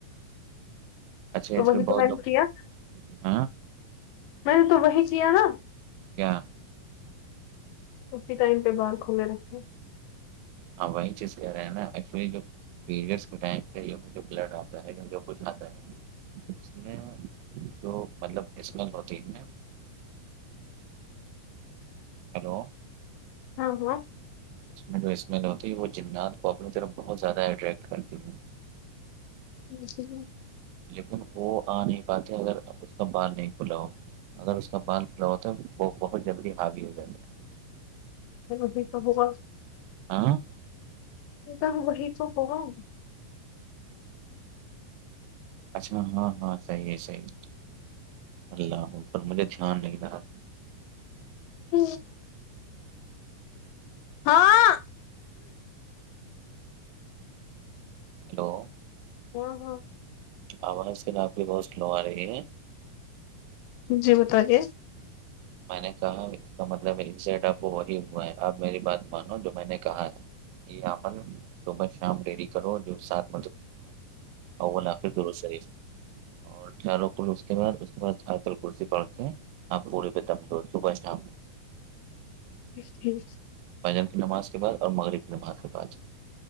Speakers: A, on the right; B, on the left.
A: اچھا
B: تو
A: اس
B: وہی
A: پ بہت
B: تو میں نے
A: لوگ
B: کیا
A: ہ
B: میں نے تو وہی چ نا
A: کیا <unintelligible>
B: اسی ٹائم پہ باہر کھولے رکھیں
A: ہاں وہی چیز کہہ رہے ہیں نا ایکچو پیریڈ کے ٹائم پہ بڈ آپتاے کچھ آتا ہے اس میں جو مطلب اسمل ہوتی ہیں ہیلو
B: ہاں ہاں
A: اس میں جو اسمیل ہوتی ہے وہ جنات کو اپنی طرف بہت زیادہ اٹریکٹ کرتی ہے
B: جی جی
A: لیکن وہ آ نہیں پاتے اگر اس کا بال نہیں کھلا ہو اگر اس کا بال کھلا ہوتا ہے بہت جلدی ہاوی ہو جاتی ہے
B: ابھی تو ہوا <unintelligible>
A: آاں
B: تو ہم وہی تو کون
A: اچھا ہاں ہاں صحیح ہے صحیح اللہ ا پر مجھے دھیان نہیں رہا
B: ہ ہاں
A: ہیلو
B: ہ ہاں ہا
A: آواز آپ کی بہت سلو آ رہی ہے
B: جی بتا ے
A: میں نے کہا اس کا مطلب انسٹ اب وہی ہوا ہے اپ میری بات مانو جو میں نے کہا ہے یہ امل صبح شام ڈیری کرو جو ساتھ اول آخر درد شریف اور چاروں کل اس کے بعد اس کے بعد ائتل کرسی پڑ کے آپ پورے دم تو صبح شام
B: جی ٹھیک <unintelligible>
A: فجر کی نماز کے بعد مغرب کی نماز کے بعد